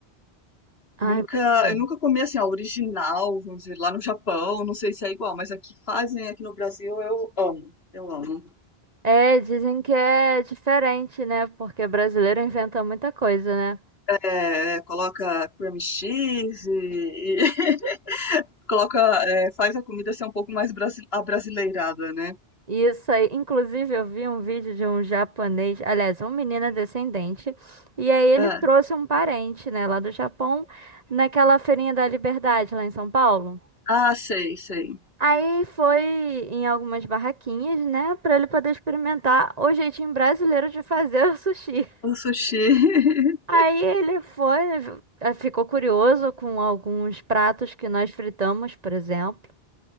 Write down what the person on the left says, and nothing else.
Nunca,
eu nunca comi assim, a original, vamos dizer, lá no Japão, não sei se é igual, mas aqui fazem, aqui no Brasil, eu amo. Eu amo.
É, coloca cream cheese e, <laughs> coloca, é, faz a comida ser um pouco mais brasi abrasileirada, né?
Ah,
ah, sei, sei.
O sushi. <laughs>